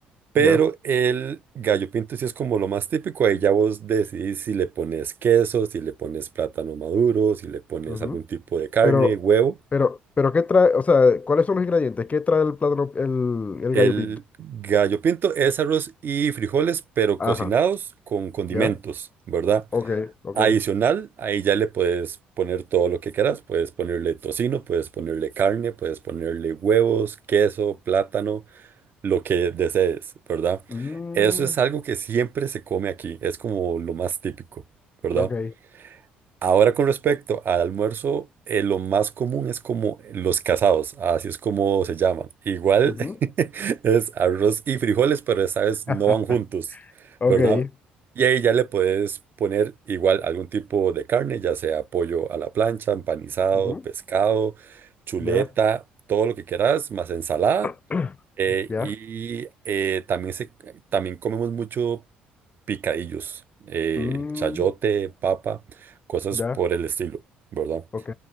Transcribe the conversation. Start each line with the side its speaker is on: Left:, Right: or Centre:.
Right: Pero
Left: ya.
Right: el gallo pinto sí es como lo más típico. Ahí ya vos decidís si le pones queso, si le pones plátano maduro, si le pones
Left: ujú.
Right: algún tipo de carne,
Left: Pero,
Right: huevo.
Left: pero, pero, ¿qué trae? O sea, ¿cuáles son los ingredientes? ¿Qué trae el plátano, el, el
Right: El
Left: gallo pinto?
Right: gallo pinto es arroz y frijoles, pero
Left: Ajá.
Right: cocinados con condimentos,
Left: ¿Ya?
Right: ¿verdad?
Left: Ok, ok.
Right: Adicional, ahí ya le puedes poner todo lo que quieras. Puedes ponerle tocino, puedes ponerle carne, puedes ponerle huevos, queso, plátano. lo que desees, ¿verdad?
Left: Mm,
Right: Eso es algo que siempre se come aquí, es como lo más típico, ¿verdad?
Left: ok.
Right: Ahora con respecto al almuerzo, eh, lo más común es como los casados, así es como se llama. Igual
Left: ujú,
Right: <laughs> es arroz y frijoles, pero esta vez
Left: <laughs>
Right: no van juntos,
Left: Ok.
Right: ¿verdad? Y ahí ya le puedes poner igual algún tipo de carne, ya sea pollo a la plancha, empanizado,
Left: ujú,
Right: pescado, chuleta,
Left: Ya,
Right: todo lo que quieras, más ensalada.
Left: <clears throat>
Right: Eh,
Left: ya.
Right: y eh, también, se, también comemos mucho picadillos, eh,
Left: mm,
Right: chayote, papa, cosas
Left: ya,
Right: por el estilo, ¿verdad?
Left: ok,